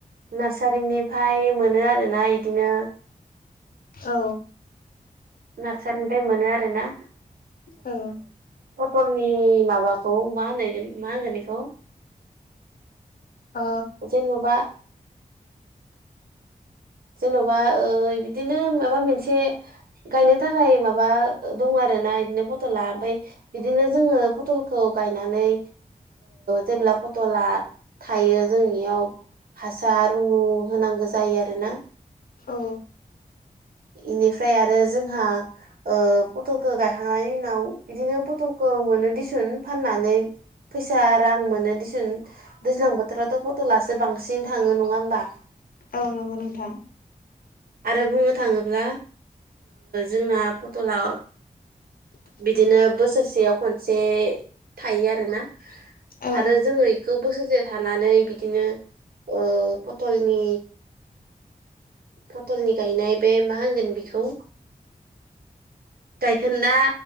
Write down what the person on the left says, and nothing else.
औ
औ
ओ
औ
औ नंगौ नोंथां
् <inaudible>
औ